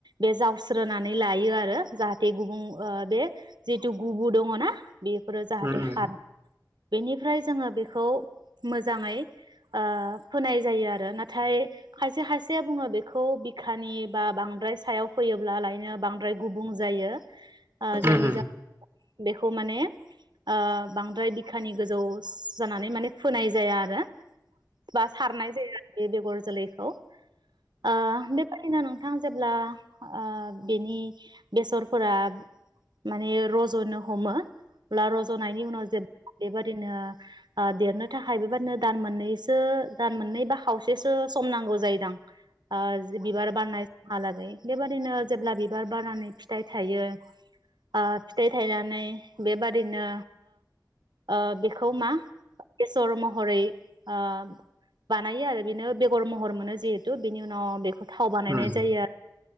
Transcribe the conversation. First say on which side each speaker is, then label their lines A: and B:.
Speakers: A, on the right (about 80°); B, on the right (about 25°).
A: बे जावस्रोनानै लायो आरो जाहाथे दै गुबुं ओ बे जिहेथु गुबु दङना बेफोरो जाहाथे
B: उम नंगौ उम उम
A: हार बेनिफ्राय जोङो बेखौ मोजाङै ओ फोनाय जायो आरो नाथाय खायसे खायसेया बुङो बेखौ बिखानि बा बांद्राय सायाव फैयोब्लालायनो बांद्राय गुबुं जायो। ओ जायनि
B: उम
A: जा बेखौ माने ओ बांद्राय बिखानि गोजौ जानानै माने फोनाय जाया आरो। बा सारनाय जायो आरो। ए बेगर जोलैखौ आ बेबादिनो नों नोंथां जेब्ला आ बेनि बेसर फोरा माने रज'नो हमो अब्ला रज'नायनि उनाव जे बेबायादि बिदिनो देरनो थाखाय बेबादिनो दान मोननैसो दान मोननै बा खावसेसो सम नांगौ जायोदां। आ जि बिबार बानायनाय हालागै बेबादिनो जेब्ला बिबार बारनानै फि फिथाइ थायो ओ फिथाइ थायनानै बेबादिनो ओ खौ मा बेसर महरै ओ बानायो आरो बेनो बेगर महर मोनो जिहेथु बेनि उनाव बेखौ थाव बानायनाय
B: उम
A: जायो